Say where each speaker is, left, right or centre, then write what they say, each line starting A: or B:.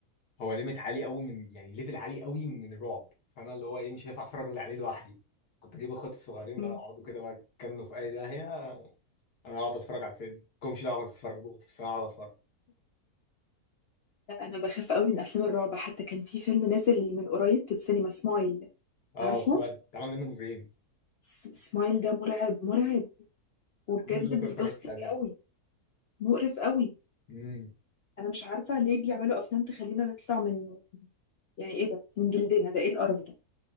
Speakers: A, on the left; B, on the left.
A: هو ليميت عالي قوي من يعني ليفل عالي قوي من الرعب فانا اللي هو ايه مش هينفع اتفرج اللي عليه لوحدي كنت اجيب اخواتي الصغيرين
B: مم.
A: لا اقعدوا كده بقى يتكنوا في اي داهيه انا اقعد اتفرج على الفيلم مالكمش دعوه ما تتفرجوا بس انا اقعد اتفرج
B: لا، أنا بخاف قوي من أفلام الرعب حتى كان في فيلم نازل من قريب في السينما سمايل
A: اه
B: عارفه
A: سمعت اتعمل منه جزئين
B: س- سمايل ده مرعب مرعب وبجد
A: الحمد لله
B: ديسجاستنج
A: ما اتفرجتش عليهم
B: قوي مقرف قوي
A: امم
B: أنا مش عارفة ليه بيعملوا أفلام تخلينا نطلع من يعني إيه ده من جلدنا ده إيه القرف ده